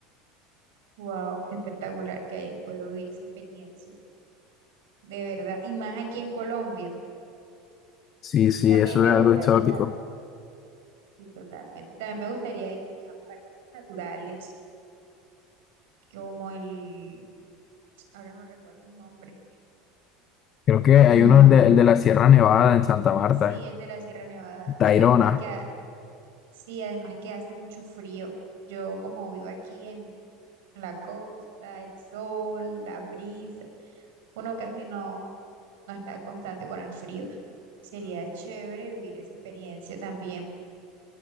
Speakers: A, on the right (about 85°); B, on the left (about 40°).
A: Wow, qué espectacular que hayas podido vivir esa experiencia. De verdad, y más aquí en Colombia.
B: Sí, sí,
A: También
B: eso
A: me
B: es algo
A: gustaría
B: exótico.
A: Sí, totalmente. También me gustaría ir a parques naturales, como el, ahora no recuerdo un nombre,
B: Creo que
A: como,
B: hay uno, el de, el de la Sierra Nevada en Santa Marta,
A: sí, el de la Sierra Nevada.
B: Tayrona.
A: Y además que, ha- sí, además que hace mucho frío. Yo como vivo aquí en la costa, el sol, la brisa, uno casi no, no está constante con el frío. Sería chévere vivir esa experiencia también.